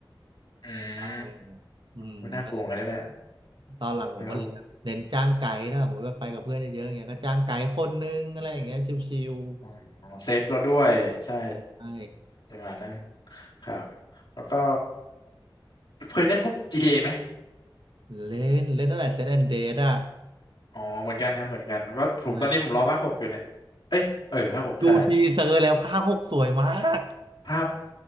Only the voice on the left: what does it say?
อืม
อุ๊น่ากลัวเหมือนกันนะเนี่ย
เขาบอกอ๋ออ๋อเซฟเราด้วยใช่
อย่างนั้นนะครับแล้วก็เคยเล่นพวกจีทีเ a ไหม
อ๋อเหมือนกันครับเหมือนกันก็ผมตอนนี้ผมรอภาคหกอยู่เนี่ยเอ้ยเออภาคหกใช่
ภาพ